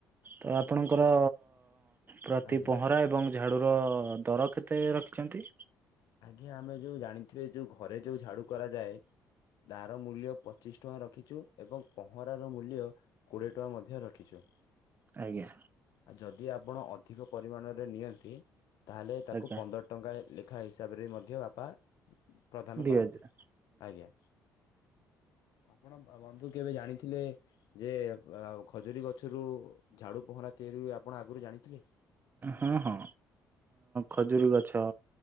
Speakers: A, on the right (about 30°); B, on the left (about 70°).
A: ତ ଆପଣଙ୍କର ପ୍ରତି
B: ଆଜ୍ଞା
A: ପହଁରା ଏବଂ ଝାଡ଼ୁର ଦର କେତେ ରଖିଛନ୍ତି?
B: ଆଜ୍ଞା ଆମେ ଯୋଉ ଜାଣିଥିବେ ଯୋଉ ଘରେ ଯୋଉ ଝାଡୁ କରାଯାଏ। ଦାର ମୂଲ୍ୟ ପଚିଶ ଟଙ୍କା ରଖିଛୁ ଏବଂ ପହଁରାର ମୂଲ୍ୟ କୋଡ଼ିଏ ଟଙ୍କା ମଧ୍ୟ ରଖିଛୁ। ହ
A: ଆଜ୍ଞା।
B: ଯଦି ଆପଣ ଅଧିକ ପରିମାଣରେ ନିଅନ୍ତି। ତାହାଲେ ତାଙ୍କୁ
A: ଆଜ୍ଞା
B: ପନ୍ଦର ଟଙ୍କା ଲେଖା ହିସାବରେ ହିସାବରେ ମଧ୍ୟ ବାପା ପ୍ରଦାନ
A: ଦି
B: କରନ୍ତି
A: ହଜାର
B: ଆଜ୍ଞା। ଆପଣ ବନ୍ଧୁ କେବେ ଜାଣିଥିଲେ ଯେ ଖଜୁରୀ ଗଛରୁ ଝାଡୁ ପହଁରା ତିଆରି ହ ଆପଣ ଆଗରୁ ଜାଣିଥିଲେ?
A: ହଁ ହଁ ଖଜୁରୀ ଗଛ